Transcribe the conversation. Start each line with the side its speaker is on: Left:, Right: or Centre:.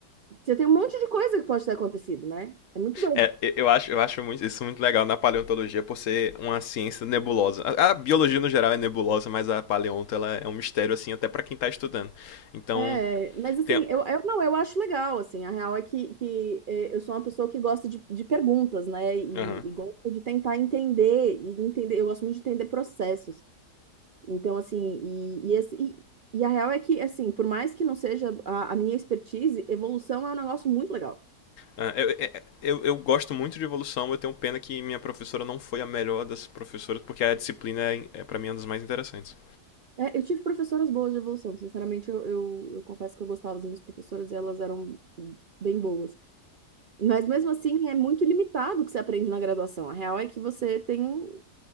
Right: Você tem um monte de coisa que pode ter acontecido, né? É muito doido.
Left: É, eu- acho, eu acho muito- isso muito legal na paleontologia por ser uma ciência nebulosa. A, a biologia no geral é nebulosa, mas a paleonto ela é um mistério assim até pra quem tá estudando. Então,
Right: É, mas assim,
Left: tem,
Right: eu, eu não, eu acho legal, assim, a real é que, que é, eu sou uma pessoa que gosta de, de perguntas, né? E,
Left: aham.
Right: e gosto de tentar entender, e entender, eu gosto muito de entender processos. Então, assim, e, e, esse- e- e a real é que, assim, por mais que não seja a, a minha expertise, evolução é um negócio muito legal.
Left: Ah, Eu, eu- eu, eu gosto muito de evolução, eu tenho pena que minha professora não foi a melhor das professoras, porque a disciplina é, é para mim é uma das mais interessantes.
Right: É, eu tive professoras boas de evolução, sinceramente, eu, eu, eu confesso que eu gostava das minhas professoras e elas eram bem boas. Mas mesmo assim, é muito limitado o que você aprende na graduação. A real é que você tem um.